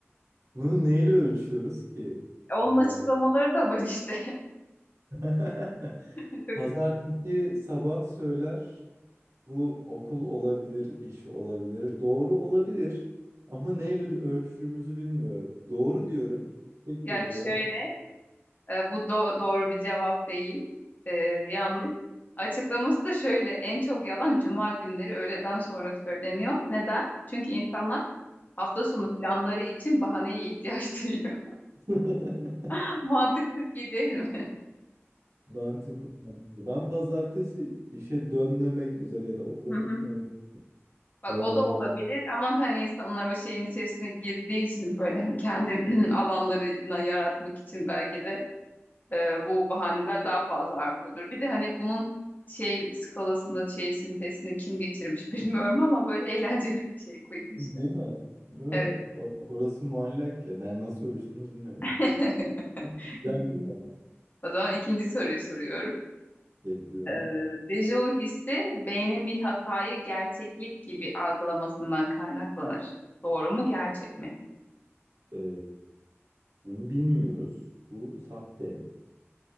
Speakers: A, on the right (about 80°); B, on the left (about 40°).
A: Bunu neyle ölçüyoruz ki?
B: E, onun
A: Ee,
B: açıklamaları da var işte.
A: <laughs>
B: <laughs> Çok
A: Pazartesi
B: iyi.
A: sabah söyler. Bu okul olabilir, iş olabilir. Doğru olabilir. Ama neyle ölçtüğümüzü bilmiyorum. Doğru diyorum. Tektir
B: yani
A: diyorum.
B: şöyle E, bu do- doğru bir cevap değil. E, yanlış. Açıklaması da şöyle. En çok yalan cuma günleri öğleden sonra söyleniyor. Neden? Çünkü insanlar hafta sonu planları için bahaneye ihtiyaç duyuyor.
A: <laughs>
B: <laughs> Mantık çok iyi değil mi?
A: Mantıklı, mantıklı. Ben pazartesi işe dönmemek üzere ya da okula
B: Hı hı.
A: gitmemek
B: Bak
A: böyle
B: o da
A: bir yalan.
B: olabilir ama hani insanlar o şeyin içerisine girdiği için böyle hani kendi <clears throat> alanlarına yaratmak için belki de e, bu bahaneler daha fazla artıyordur. Bir de hani bunun şey skalasında şey sintezini kim geçirmiş <laughs> bilmiyorum ama böyle eğlenceli bir şey koyayım işte.
A: Değil mi? Değil mi?
B: Evet.
A: Or- Orası muallak ya. Ben nasıl uyuştunuz bilmiyorum.
B: <laughs>
A: Güzel
B: İlginç.
A: bir format
B: O zaman ikinci soruyu soruyorum.
A: bekliyorum.
B: Ee, dejavu hissi beynin bir hatayı gerçeklik gibi algılamasından kaynaklanır. Doğru mu, gerçek mi?
A: Ee, bunu bilmiyoruz. Bu sahte.